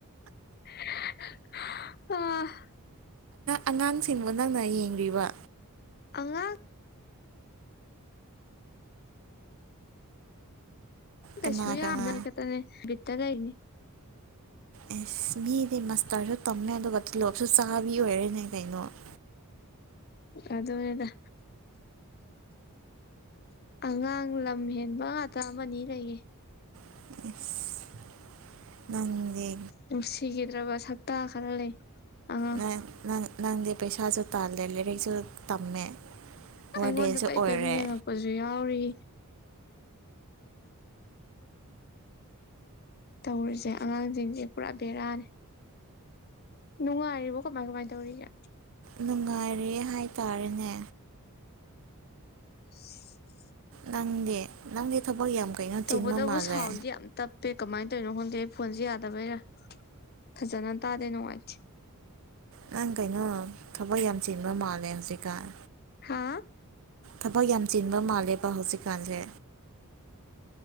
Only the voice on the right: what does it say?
ꯑꯉꯥꯡꯁꯤꯡꯕꯨ ꯅꯪꯅ ꯌꯦꯡꯔꯤꯕ
ꯀꯅꯥ ꯀꯅꯥ
ꯑꯦꯁ ꯃꯤꯗꯤ ꯃꯁꯇꯔꯁꯨ ꯇꯝꯃꯦ ꯑꯗꯨꯒ ꯇꯣꯂꯣꯞꯁꯨ ꯆꯥꯕꯤ ꯑꯣꯏꯔꯦꯅꯦ ꯀꯩꯅꯣ <inaudible>
<unintelligible> ꯅꯪꯗꯤ
ꯅꯪ ꯅꯪ ꯅꯪꯗꯦ ꯄꯩꯁꯥꯁꯨ ꯇꯜꯂꯦ ꯂꯥꯏꯔꯤꯛꯁꯨ ꯇꯝꯃꯦ
ꯋꯥꯔꯗꯦꯟꯁꯨ
ꯑꯣꯏꯔꯦ
ꯅꯨꯡꯉꯥꯏꯔꯤꯌ‌ꯦ ꯍꯥꯏꯇꯥꯔꯦꯅꯦ
ꯅꯪꯗꯤ ꯅꯪꯗꯤ ꯊꯕꯛ ꯌꯥꯝ ꯀꯩꯅꯣ
ꯆꯤꯟꯕ ꯃꯥꯜꯂꯦ
ꯅꯪ ꯀꯩꯅꯣ ꯊꯕꯛ ꯌꯥꯝ ꯆꯤꯟꯕ ꯃꯥꯜꯂꯦ ꯍꯧꯖꯤꯛ‌ꯀꯥꯟ
ꯊꯕꯛ ꯌꯥꯝ ꯆꯤꯟꯕ ꯃꯥꯜꯂꯦꯕ ꯍꯧꯖꯤꯛꯀꯥꯟꯁꯦ